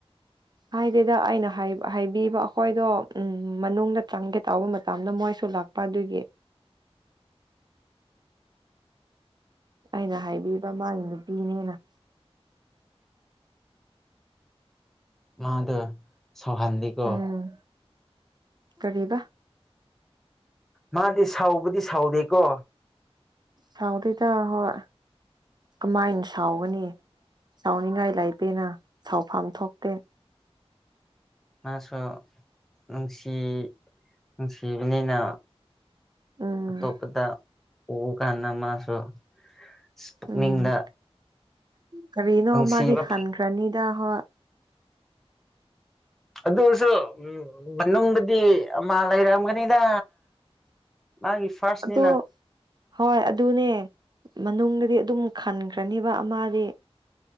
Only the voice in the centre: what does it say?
ꯃꯥꯗ ꯁꯥꯎꯍꯥꯜꯂꯤꯀꯣ
ꯃꯥꯗꯤ ꯁꯥꯎꯕꯗꯤ ꯁꯥꯎꯗꯦꯀꯣ
ꯃꯥꯁꯨ ꯅꯨꯡꯁꯤ ꯅꯨꯡꯁꯤꯕꯅꯤꯅ
ꯑꯇꯣꯞꯄꯗ ꯑꯣ ꯀꯥꯟꯅꯥ ꯃꯥꯁꯨ ꯁ ꯄꯨꯛꯅꯤꯡꯗ
ꯅꯨꯡꯁꯤꯕ
ꯑꯗꯨꯁꯨ ꯎ ꯃꯅꯨꯡꯗꯗꯤ ꯑꯃ ꯂꯩꯔꯝꯒꯅꯤꯗ ꯃꯥꯒꯤ ꯐꯥꯔꯁꯅꯤꯅ